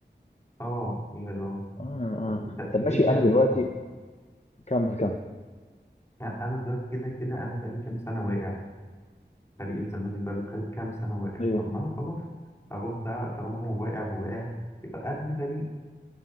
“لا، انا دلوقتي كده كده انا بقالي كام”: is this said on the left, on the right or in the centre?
Left